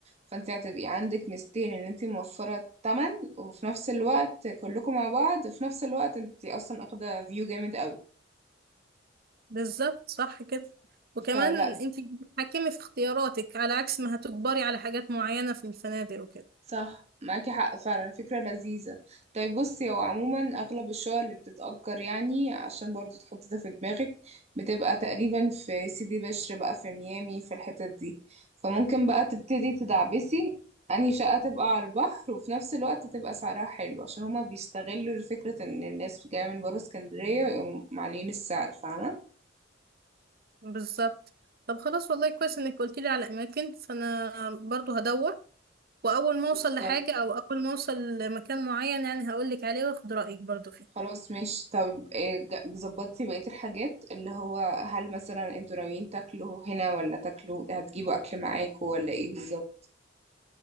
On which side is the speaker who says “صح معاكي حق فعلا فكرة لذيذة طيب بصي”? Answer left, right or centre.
Right